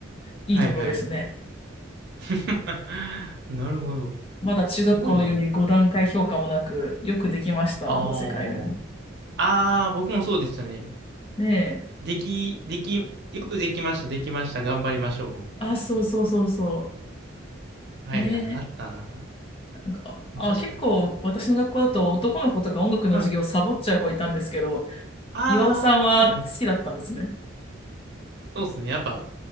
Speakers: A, on the left (about 30°); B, on the right (about 60°).
A: いいところですね。
B: はいはい。<laughs> なるほど。
A: まだ中学校のように5段階評価もなく、
B: すごいな。
A: よくできましたの世界ですね。
B: あーあー、僕もそうでしたね。
A: ねえ。
B: でき、でき、よくできました、できました、頑張りましょ
A: あ、そうそうそうそ
B: う。はいはい、
A: う。ねえ。
B: あったな。
A: なんか、あ、
B: 確かに。
A: 結構私の学校だと男の子とか音楽の授業サボっちゃう子いたんですけど、
B: はい。ああ、
A: 岩尾さんは好きだったんですね。
B: はいはい。そうですね。やっぱ、